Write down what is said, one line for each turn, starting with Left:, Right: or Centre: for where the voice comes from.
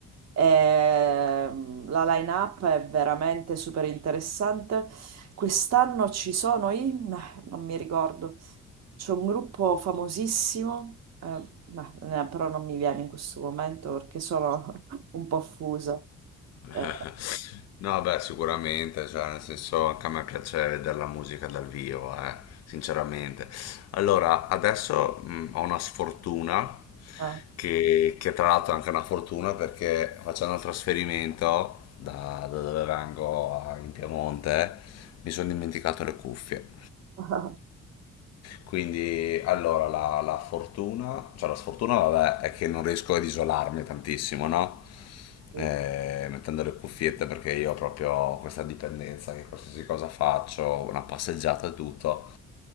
Right: Ehm, la line-up è veramente super interessante. Quest'anno ci sono i... meh, non mi ricordo. C'è un gruppo famosissimo, eh, meh, ne- però non mi viene in questo momento perché sono <laughs> un po' fusa.
Left: <laughs>
Right: Eh,
Left: No, beh, sicuramente, cioè, nel senso, anche a me piace vedere la musica dal vivo, eh, sinceramente. Allora, adesso mh, ho una sfortuna,
Right: ah,
Left: che, che tra l'altro è anche una fortuna perché facendo il trasferimento da, da dove vengo a- in Piemonte, mi sono dimenticato le cuffie.
Right: <laughs>
Left: Quindi, allora, la, la fortuna, cioè la sfortuna, vabbè, è che non riesco ad isolarmi tantissimo, no?
Right: sì.
Left: Eh, mettendo le cuffiette perché io ho proprio questa dipendenza che qualsiasi cosa faccio, una passeggiata e tutto,